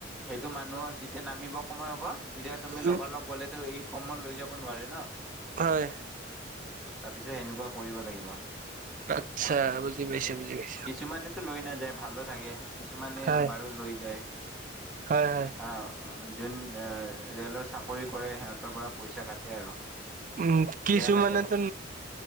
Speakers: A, in the centre; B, on the right.
A: সেইটো মানুহৰ যেতিয়া নামিব সময় হ'ব তেতিয়া তুমি
B: উম
A: লগা লগ কলেতো ই কম্বল লৈ যাব নোৱাৰে ন।
B: হয়।
A: তাৰপিছত এনেকুৱা কৰিব লাগিব।
B: আচ্ছা, বুজি পাইছোঁ, বুজি পাইছোঁ।
A: কিছুমানেতো লৈ নাযায়, ভালো থাকে। কিছুমানে
B: হয়
A: বাৰু লৈ যায়।
B: হয়, হয়।
A: অ', ‌ যোন ৰেলৰ চাকৰি কৰে সিহঁতৰ পৰা পইচা কাটে আৰু।
B: উম, কিছুমানেতো
A: বেয়া লাগে